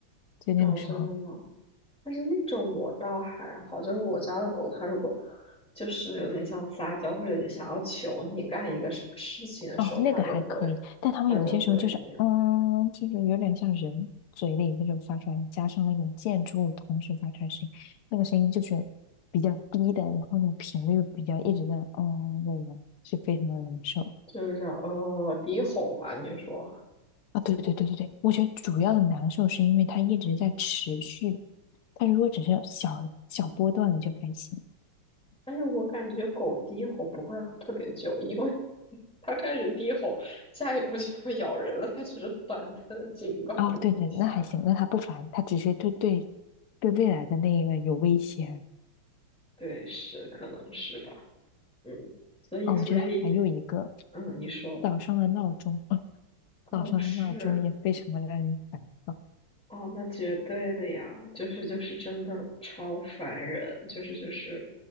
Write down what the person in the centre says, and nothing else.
哦，真的吗？但是那种我倒还好，就是我家的狗，它如果就是有点像撒娇或者想要求你干一个什么事情的时候，
它就会它就会那样，
就是这样哦低吼嘛，你说。
但是我感觉狗低吼不会很特别久，因为 <laughs> 它开始低吼，下一步就要咬人了。它只是短暂的警告你一下。
<laughs> 对，是，可能是吧。嗯，所以，
所以，
嗯，你说，
哦，
是，哦，那绝对的呀，就是就是真的超烦人，就是就是